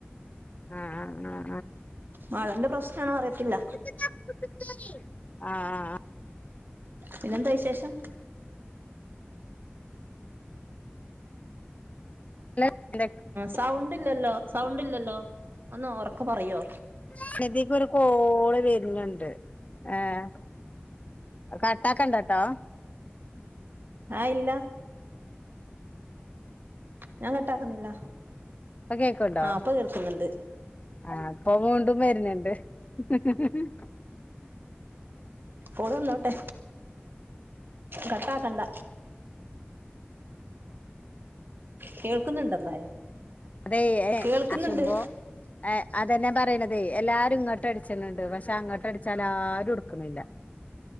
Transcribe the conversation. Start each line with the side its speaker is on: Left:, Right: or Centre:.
Left: ആ
Right: മഴേന്റെ പ്രശ്നാണോ അറിയത്തില്ല
Left: ആഹ് ആഹ്
Right: പിന്നെന്താ വിശേഷം?
Left: <unintelligible>
Right: സൗണ്ടില്ലല്ലോ സൗണ്ട് ഇല്ലല്ലോ ഒന്നൊറക്കെ പറയോ
Left: സ്നതിക്കൊരു കോള് വെര്ണ് ണ്ട് ഏഹ്. അഹ് കട്ടാക്കെണ്ടട്ടോ?
Right: ആഹ് ഇല്ല ഞാ കട്ടാക്കുന്നില്ല.
Left: പ്പ കേക്ക്ണ്ടോ?
Right: ആഹ് ഇപ്പൊ കേൾക്കുന്നുണ്ട്
Left: ആഹ് പ്പൊ വിണ്ടും വെര്ന്ന്ണ്ട്. ഹി ഹി ഹി....
Right: ഓള് വന്നോട്ടെ കട്ടാ കണ്ട. കേൾക്ക്ന്ന്ണ്ട് എന്തായാലും.
Left: അതെ ഏഹ്
Right: കേൾക്കുന്നുണ്ട്
Left: അശുമ്പോ ഏഹ് അതെന്നെ പറിണ്തേ എല്ലാരും ഇങ്ങട്ട് അടിച്ച്ണ് ണ്ട് പക്ഷെ അങ്ങോട്ട് അടിച്ചാല് ആരും ട്ക്കുന്നില്ല.